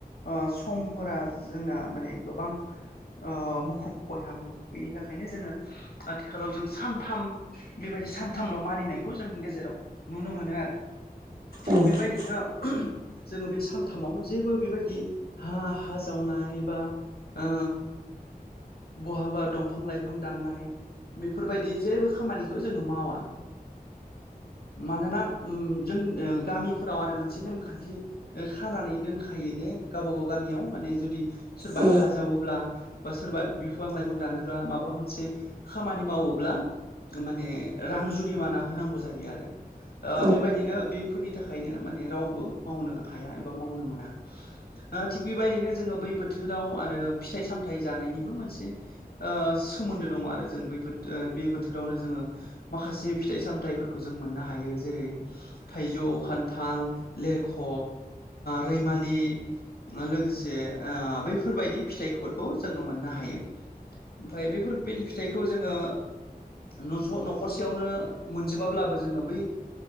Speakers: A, on the left (about 80°); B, on the right (about 70°).
A: ओ समफोरा जोंना माने गोबां ओ मुखुब बयहाबो बेनि थाखायनो जोङो आथिखालाव जों सानथाम बेबायदि सानथामल' मानिनायखौ जोंनि गेजेराव नुनो मोनो आरो थिग
B: औ
A: बेबायदिनो जोङो बे सानथामाव जेबो बेबायदि हा-हा जावनाय बा ओ बहाबा दंफां लाइफां दाननाय बेफोरबायदि जेबो खामानिखौ जोङो मावा मानोना उ जों ओ गामिफोराव आरो मोनसे नेमखान्थि खानानै दोनखायो दे गावब गाव गामियाव माने जुदि सोरबा
B: औ
A: हा जावोब्ला बा सोरबा बिफां लाइफां दानोब्ला माबा मोनसे खामानि मावोब्ला माने रां जुरिमाना होनांगौ जायो आरो। ओ
B: औ
A: बेबायदिनो बेफोरनि थाखायनो माने रावबो मावनो हाया एबा मावनो मोना। ओ थिग बेबायदिनो जोङो बै बोथोराव आरो फिथाइ सामथायाइ जानायनिबो मोनसे ओ सोमोन्दो दङ आरो जों बै बे बोथोरावनो जोङो माखासे फिथाइ सामथाइफोरखौ जों मोननो हायो जेरै थाइजौ खान्थाल लेरख' रैमालि लोगोसे बैफोरबायदि फिथाइफोरखौ जोङो मोननो हा हायो ओमफ्राय बेफोरबायदि फिथाइखौ जोङो नस' न'खरसेयावनो मोनजोबाब्लाबो जोङो बै ओ